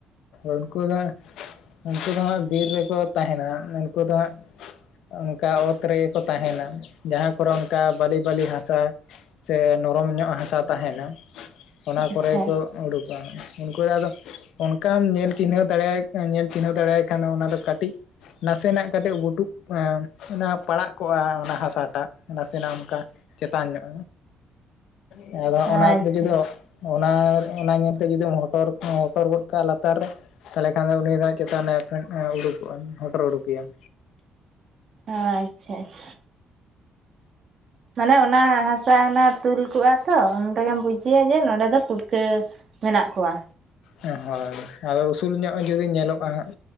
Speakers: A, on the left; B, on the right.
A: ᱩᱱᱠᱩ ᱫᱚ ᱩᱱᱠᱩ ᱫᱚ ᱦᱟᱸᱜ ᱵᱤᱨ ᱨᱮᱠᱚ ᱛᱟᱦᱮᱸᱱᱟ ᱩᱱᱠᱩ ᱫᱚ ᱦᱟᱸᱜ ᱚᱱᱠᱟ ᱚᱛ ᱨᱮᱜᱮᱠᱚ ᱛᱟᱦᱮᱸᱱᱟ ᱡᱟᱦᱟᱸ ᱠᱚᱨᱮ ᱚᱱᱠᱟ ᱵᱟᱹᱞᱤ ᱵᱟᱹᱞᱤ ᱦᱟᱥᱟ ᱥᱮ ᱱᱚᱨᱚᱢ ᱧᱚᱜ ᱦᱟᱥᱟ ᱛᱟᱦᱮᱸᱱᱟ, ᱚᱱᱟ
B: ᱟᱪᱪᱷᱟ
A: ᱠᱚᱨᱮ ᱜᱮᱠᱚ ᱩᱸᱰᱩᱠ ᱩᱱᱠᱩ ᱫᱚ ᱟᱫᱚ ᱚᱱᱠᱟᱢ ᱧᱮᱞ ᱪᱤᱱᱦᱟᱹᱣ ᱫᱟᱲᱮᱭᱟᱭ ᱧᱮᱞ ᱪᱤᱱᱦᱟᱹᱣ ᱫᱟᱲᱮᱭᱟᱭ ᱠᱷᱟᱱ ᱚᱱᱟ ᱫᱚ ᱠᱟᱹᱴᱤᱡ ᱱᱟᱥᱮᱱᱟᱜ ᱠᱟᱹᱴᱤᱡ ᱵᱩᱴᱩᱵ, ᱚᱱᱟ ᱯᱟᱲᱟᱜ ᱠᱚᱜᱼᱟ ᱚᱱᱟ ᱦᱟᱥᱟᱴᱟᱜ ᱱᱟᱥᱮᱱᱟᱜ ᱚᱱᱠᱟ ᱪᱮᱛᱟᱱ ᱧᱚᱜ ᱜᱮ, ᱟᱫᱚ
B: ᱟᱪᱪᱷᱟ
A: ᱚᱱᱟ
B: ᱟᱪᱪᱷᱟ
A: ᱛᱤᱜᱤ ᱛᱚ ᱚᱱᱟ ᱚᱱᱟ ᱧᱮᱞ ᱡᱩᱫᱤᱢ ᱦᱚᱴᱚᱨ ᱦᱚᱴᱚᱨ ᱜᱚᱫ ᱠᱟᱜᱼᱟ ᱞᱟᱛᱟᱨ ᱨᱮ᱾ ᱛᱟᱷᱞᱮ ᱠᱷᱟᱱ ᱫᱚ ᱩᱱᱤ ᱫᱚ ᱪᱮᱛᱟᱱᱮ ᱯᱷᱮᱱ ᱩᱰᱩᱠᱚᱜᱼᱟ ᱦᱚᱴᱚᱨ ᱩᱰᱩᱠᱮᱭᱟᱢ᱾
B: ᱟᱪᱪᱷᱟ ᱟᱪᱪᱷᱟ᱾ ᱢᱟᱱᱮ ᱚᱱᱟ ᱦᱟᱥᱟ ᱚᱱᱟ ᱛᱩᱞ ᱠᱚᱜᱼᱟ ᱛᱚ ᱚᱱᱰᱮᱜᱮᱢ ᱵᱩᱡᱤᱭᱟ ᱡᱮ ᱱᱚᱸᱰᱮ ᱫᱚ ᱯᱩᱴᱠᱟᱹ ᱢᱮᱱᱟᱜ ᱠᱚᱣᱟ᱾
A: ᱦᱳᱭ ᱟᱫᱚ ᱩᱥᱩᱞ ᱧᱚᱜ ᱡᱩᱫᱤ ᱧᱮᱞᱚᱜᱼᱟ ᱦᱟᱸᱜ,